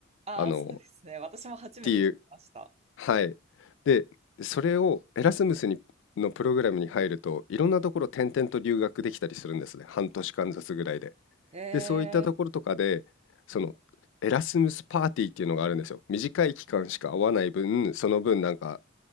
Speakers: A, on the right; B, on the left.
A: ああ、
B: あの、
A: そうですね。
B: っ
A: 私も初めて聞きました。
B: ていう、はい。で、それをエラスムスにのプログラムに入ると、いろんなところ転々と留学できたりするんですね。半年間ずつぐらいで。
A: へ
B: で、そういったところとかで、
A: え、
B: その、エラスムスパーティーっていうのがあるんですよ。短い期間しか会わない分、その分なんか